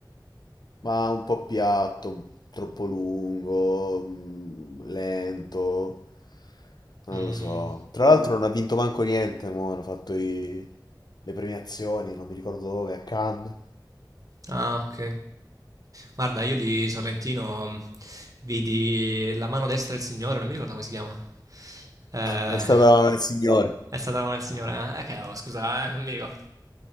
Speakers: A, on the left (about 60°); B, on the right (about 45°).
A: ma un po' piatto, troppo lungo, mm, lento, non
B: Mm.
A: lo so. Tra l'altro non ha vinto manco niente, mo, hanno fatto i- le premiazioni, non mi ricordo dove, a Cannes.
B: Ah, ok. Guarda, io di Sorrentino mm, vidi La mano destra del Signore, non mi ricordo come si chiama. Eh,
A: È stata una del signore.
B: è stata la mano del Signore.
A: Ah,
B: Eh, eh, che, oh, scusa, eh, non mi ricordo.